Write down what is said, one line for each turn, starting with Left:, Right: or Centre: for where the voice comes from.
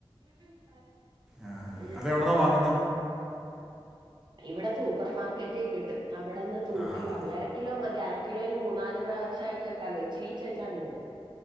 Right: <unintelligible>
Centre: ആഹ്
Right: ഉം
Centre: അത് എവിടന്നാ വാങ്ങുന്ന.
Right: ഇവിടെ സൂപ്പർ മാർക്കറ്റിൽ കിട്ടും അവിടെന്ന് തൂക്കിവാങ്ങിക്കുക
Centre: ആഹ്
Right: അരക്കിലോ മതി അരക്കിലോ ഒരു മൂന്നാല് പ്രാവശ്യ ആയിട്ട് വെക്കാല്ലോ ഇച്ചിരിയിച്ചിരി വച്ചാൽ മതിയല്ലോ.